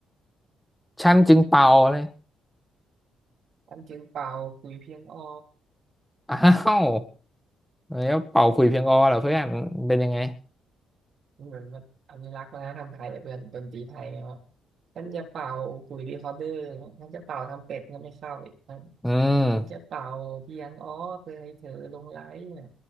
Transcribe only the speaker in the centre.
ฉันจึงเป่าเลย
อ้าวแล้วเป่าขลุยเพียงอเหรอเพื่อนเป็นยังไง
อืม